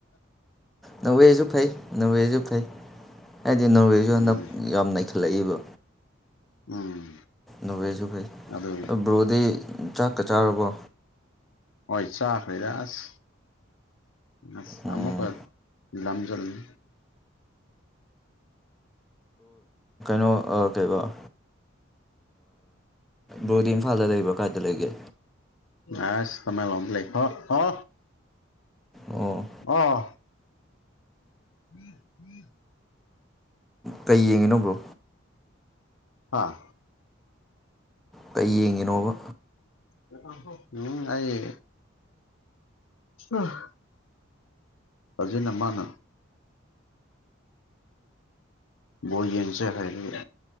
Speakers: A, in the centre; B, on the left.
A: ꯅꯣꯋꯦꯁꯨ ꯐꯩ ꯅꯣꯋꯦꯁꯨ ꯐꯩ ꯍꯥꯏꯗꯤ ꯅꯣꯋꯦꯁꯨ
B: ꯎꯝ
A: ꯍꯟꯗꯛ ꯌꯥꯝꯅꯈꯤ ꯍꯠꯂꯛꯏꯕ
B: ꯎꯝ
A: ꯅꯣꯚꯦꯜꯁꯨ ꯐꯩ
B: ꯑꯗꯨ
A: ꯕ꯭ꯔꯣꯗꯤ ꯆꯥꯛꯀ ꯆꯥꯔꯕꯣ
B: ꯍꯣꯏ ꯆꯥꯈꯩꯗꯥꯁ ꯑ ꯑꯃꯃꯨꯀ
A: ꯎꯝ,
B: ꯂ ꯂꯝꯖꯜꯅꯤ
A: ꯀꯦꯀꯣ ꯕꯣꯗꯤ ꯏꯝꯐꯥꯜꯗ ꯂꯩꯕ꯭ꯔꯣ ꯀꯥꯏꯗ ꯂꯩꯒꯦ
B: ꯑꯁ ꯇꯃ ꯂꯝ ꯂꯩ ꯍ ꯑ
A: ꯑꯣ
B: ꯑꯣ ꯉꯤꯡ ꯉꯤꯡ
A: ꯀꯩ ꯌꯦꯡꯉꯤꯅꯣ ꯕ꯭ꯔꯣ
B: ꯑꯥ
A: ꯀꯩ ꯌꯦꯡꯉꯤꯅꯣꯕ
B: ꯆꯠꯊꯥꯡꯁꫭ ꯎꯝ ꯑꯩ ꯑꯥ ꯐꯥꯖꯩꯅ‌ꯦ ꯃꯥꯅ ꯕꯣꯟ ꯌꯦꯡꯁꯦ ꯍꯥꯏ ꯋꯧ